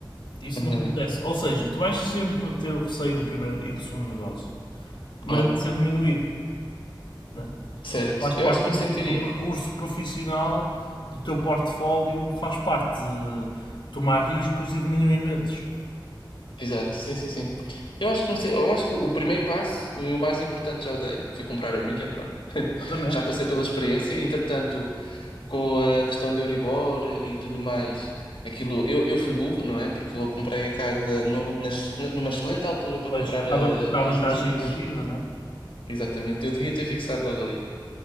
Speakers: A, on the left; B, on the left.
A: isso
B: Uhum.
A: não acontece. Ou seja, tu vais sempre ter o receio do primeiro e do segundo negócio, mas
B: Ora,
A: vai ser diminuído, né?
B: certo,
A: faz
B: eu
A: parte
B: acho que me
A: do,
B: sentiria.
A: do percurso profissional do teu portfólio, faz parte de tomar riscos e diminuir medos.
B: Exato, sim, sim, sim. Eu acho que comecei, eu acho que o primeiro passo, e o mais importante já o dei, foi comprar a minha, não é? <laughs>
A: Exatamente.
B: Já passei pela experiência, e, entretanto, com a questão do Euribor e tudo mais, aquilo, eu, eu fui burro, não é? Porque eu comprei a casa numa, na excel- numa excelente altura para
A: Pois
B: comprar
A: estava,
B: a,
A: estava
B: a
A: em
B: juros
A: taxa
B: fixos,
A: negativa, não é?
B: exatamente, eu devia ter fixado logo ali.